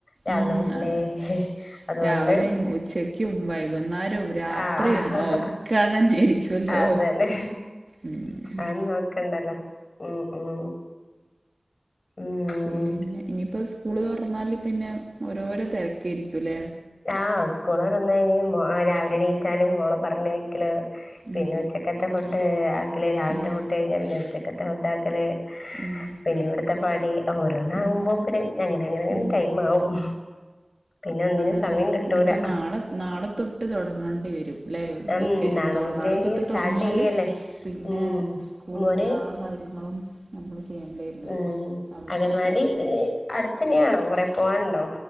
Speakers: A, on the left; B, on the right.
A: രാവിലെ
B: ഉം
A: മുതലേ
B: അതെ
A: അതുകൊണ്ട്
B: രാവിലെയും ഉച്ചക്കും വൈകുന്നേരവും രാത്രിയും
A: ആഹ്
B: ഒക്കെ അതന്നെ ഇരിക്കുമല്ലോ
A: അതന്നെ
B: ഉം
A: അന്ന് നോക്കണ്ടല്ലോ ഉം ഉം ഉം ഉം
B: പിന്നെ ഇനിപ്പാ സ് കൂള് തുറന്നാൽ പിന്നെ ഓരോരോ തിരക്കായിയിരിക്കുംല്ലേ
A: ആഹ് സ്കൂള് തുറന്ന ഇനി ആഹ് രാവിലെ എണീറ്റലും മോളെ പറഞ്ഞയാക്കല് പിന്നെ
B: ഉം
A: ഉച്ചക്കത്തെ ഫു ഏഹ് രാവിലത്തെ
B: ഉം
A: ഫുഡ് കഴിഞ്ഞാ പിന്നെ ഉച്ച ത്തെ ഉണ്ടാക്കല്
B: ഉം
A: പിന്നെ ഇവിടത്തെ പണി ഓരോന്നാകുമ്പോ
B: ഉം
A: പിന്നെ അങ്ങനെ അങ്ങനെ
B: ഉം
A: ടൈം ആവും പിന്നെ ഒന്നിനും
B: പിന്നെ
A: സമയം കിട്ടൂല
B: ഇനിയിപ്പം നാളെ നാളെത്തൊട്ട് തൊടങ്ങണ്ടി വരും ല്ലേ
A: ഉം
B: വെക്ക എന്ത
A: മുതല്
B: നാളെ തൊട്ട്
A: സ്റ്റാർട്ട്
B: തുടങ്ങിയാല്
A: ചെയ്യല്ലേ
B: പിന്നെ
A: ഉം
B: സ്കൂളും
A: മോന്
B: എല്ലാ കാര്യങ്ങളും നമ്മൾ ചെയ്യേണ്ടി വരില്ലേ
A: ഉം
B: അവിടുത്തെ
A: അംഗൻവാടി
B: പോക്കും
A: ഇല് അടുത്തന്നെയാണോ കൊറേ പോവാനുണ്ടോ